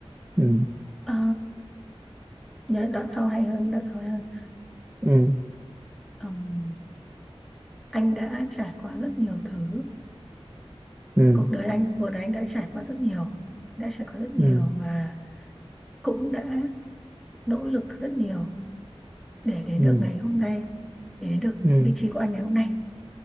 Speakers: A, on the right (about 15°); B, in the centre.
A: ừ
B: à, nhớ đoạn sau hay hơn đoạn sau hay hơn
A: ừ
B: Ừm, anh đã trải qua rất nhiều thứ
A: ừ
B: cuộc đời anh cuộc đời anh đã trải qua rất nhiều đã trải qua rất nhiều
A: ừ
B: và cũng đã nỗ lực rất nhiều để đến
A: ừ
B: được ngày hôm nay để đến được
A: ừ
B: vị trí của anh ngày hôm nay